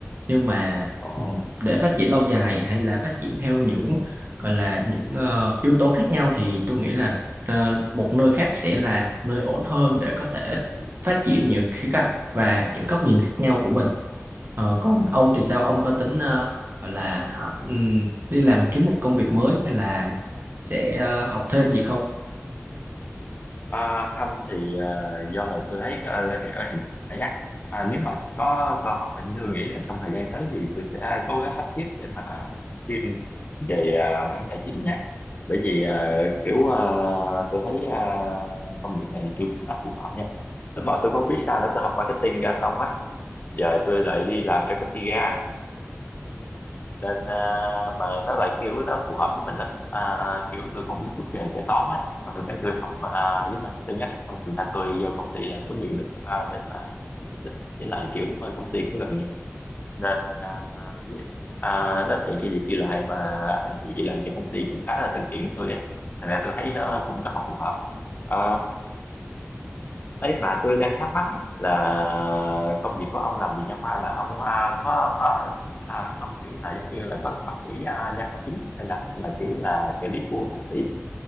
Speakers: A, on the right (about 45°); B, on the left (about 35°).
A: nhưng mà
B: Ồ.
A: ừm, để phát triển lâu dài hay là phát triển theo những gọi là những ờ, yếu tố khác nhau thì tôi nghĩ là ờ, một nơi khác sẽ là một nơi ổn hơn để có thể phát triển nhiều khía cạnh và những góc nhìn khác nhau của mình Ờ, còn ông thì sao ông có tính ờ, gọi là hả, ừm, đi làm kiếm một công việc mới hay là sẽ ờ, học thêm gì không?
B: À, không thì à, do là tôi thấy ở, ở hiện tại á à, nếu mà có cơ hội thì tôi nghĩ là trong thời gian tới thì tôi sẽ cố gắng sắp xếp để mà chuyên về à, mảng tài chính á bởi vì à, kiểu à, tôi thấy à, công việc này tôi khá là phù hợp nha lúc mà tôi không biết sao nữa tôi học marketing ra xong á giờ tôi lại đi làm cho công ty ga nên à, mà nó lại kiểu nó phù hợp với mình lắm à, kiểu tôi cũng biết chút về kế toán á sau rồi cái tôi học à, với marketing á sau rồi ra tôi vô công ty là có nhiều đất à, để mà việc lắm với lại kiểu ở công ty cũng gần nhà nên à, à, với, à, nó tiện cho việc đi lại mà anh chị làm cho công ty cũng khá là thân thiện với tôi á thành ra tôi thấy nó cũng rất là phù hợp à, ấy mà tôi đang thắc mắc á, là công việc của ông làm gì nha khoa là ông à, có à, à, ông kiểu là giống như là có làm bác sĩ à, nha khoa chính hay là ông là kiểu là trợ lý của bác sĩ